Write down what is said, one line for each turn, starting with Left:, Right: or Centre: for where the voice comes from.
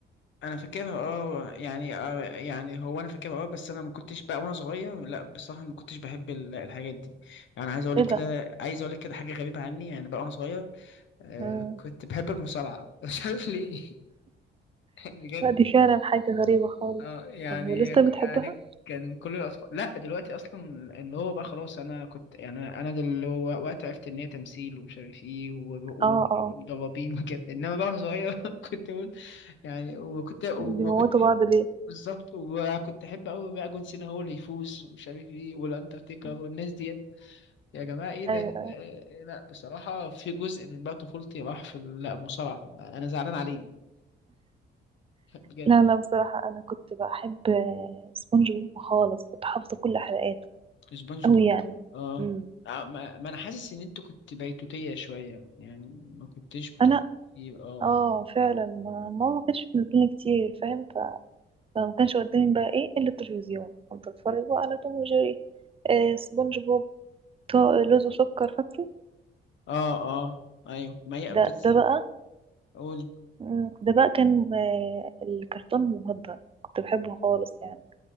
Left: انا فاكرها اه يعني آه يعني هو انا فاكرها اه بس انا ما كنتش بقى وانا صغير لا بصراحه ما كنتش بحب ال- الحاجات دي يعني عايز اقول
Right: ايه
Left: لك
Right: ده
Left: كده عايز اقول لك كده حاجه غريبه عني يعني بقى وانا صغير آه
Right: مم.
Left: كنت بحب المصارعه <laughs> مش عارف ليه <laughs> بجد
Right: لا دي فعلا حاجه غريبه خالص
Left: اه يعني
Right: طب ولسه بتحبها
Left: يعني كان كل الاطفال لا دلوقتي اصلا اللي هو بقى خلاص انا كنت يعني انا دل- هو وقت عرفت ان هي تمثيل ومش عارف ايه وضبابين
Right: اه اه
Left: <laughs> وكده انما بقى وانا صغير <laughs> كنت اقول يعني وكنت وكنت
Right: بيموتوا
Left: احب
Right: بعض ليه
Left: بالظبط وكنت احب قوي بقى جون سينا هو اللي يفوز ومش عارف ايه والانترتيكر
Right: مم.
Left: والناس ديت يا جماعه ايه ده
Right: ايوه
Left: آه، لا بصراحه في جزء من بقى طفولتي راح في ال- لا المصارعه انا زعلان عليه <laughs> بجد
Right: لا لا بصراحه انا كنت بحب سبونج بوب خالص كنت حافظه كل حلقاته
Left: سبونج
Right: قوي
Left: بوب
Right: يعني
Left: اه
Right: امم
Left: آه، ما, ما انا حاسس ان انت كنت بيتوتية شوية يعني ما كنتش بتخ
Right: انا
Left: اه
Right: اه فعلا ما ماما ما كانتش بتنزلني كتير فاهم فما كانش قدامي بقى ايه الا التلفزيون كنت اتفرج بقى على توم وجيري آه سبونج بوب تا- لوز وسكر فاكره
Left: اه اه ايوه ما هي
Right: ده
Left: بس
Right: ده بقى
Left: قولي
Right: مم، ده بقى كان آه الكرتون المفضل كنت بحبه خالص يعني